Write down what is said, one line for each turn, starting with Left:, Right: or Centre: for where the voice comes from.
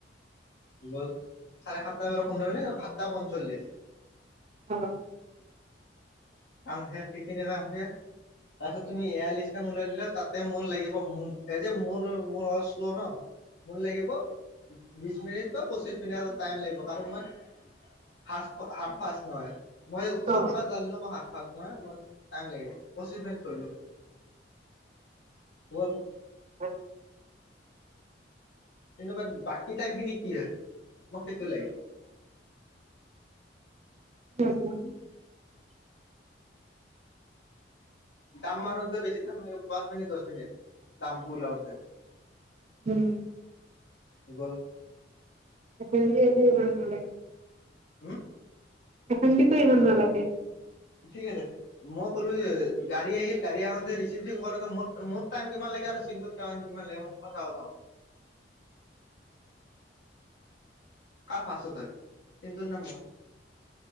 Left: গল চাৰে সাতটাৰ পৰা পোন্ধৰ মিনিট সাতটা পঞ্চল্লিশ
Right: অ
Left: কাম শেষ সেইখিনিতে কাম শেষ তাৰপিছত তুমি এয়া লিষ্ট ওলাই দিলা তাতে মোৰ লাগিব এ যে মোৰ মোৰ অশ কো ন মোৰ লাগিব বিশ মিনিট বা পঁচিশ মিনিট এটা টাইম লাগিব কাৰণ মই হাচ হাত ফাৰ্চ নহয় মই চতকাত
Right: অ'।
Left: জানিলো মোৰ হাতফাৰ্চ নহয় মই টাইম লাগিব পছিশ মিনিট ধৰিলো গল
Right: <unintelligible>
Left: কিন্তু বাত বাকী টাইম খিনি কি হয় মোক সেইটো লাগে
Right: <unintelligible>
Left: দাম মানোতে বেছি টাইম <unintelligible> পাঁচ মিনিট দহ মিনিট দাম পো উলাওতে
Right: উম
Left: গুগোল
Right: <unintelligible> নালাগে
Left: হম।
Right: এখনদিতো ইমান নালাগে।
Left: ঠিক আছে মই ক'লো গাড়ী আহিল গাড়ী আহাতে ৰিচিভিং কৰোতে মোৰ মোৰ টাইম কিমান লাগে আৰু চিংকুৰ কিমান লাগে মোক <unintelligible> কাৰ ফাৰচত, চিন্তুৰ নম্বৰ।